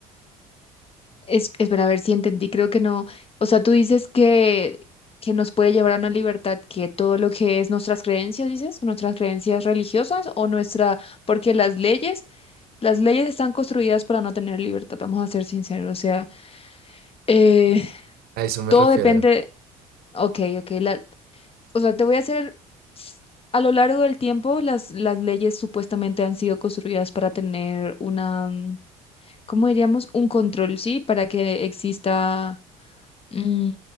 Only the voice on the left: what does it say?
Es, espera, a ver si entendí, creo que no. O sea, tú dices que, que nos puede llevar a una libertad que todo lo que es nuestras creencias, dices, nuestras creencias religiosas o nuestra, porque las leyes, las leyes están construidas para no tener libertad, vamos a ser sinceros, o sea, eh,
todo
depende. Ok, ok. La, o sea, te voy a hacer, a lo largo del tiempo, las, las leyes supuestamente han sido construidas para tener una, mm, ¿cómo diríamos? Un control, ¿sí? Para que exista Mm,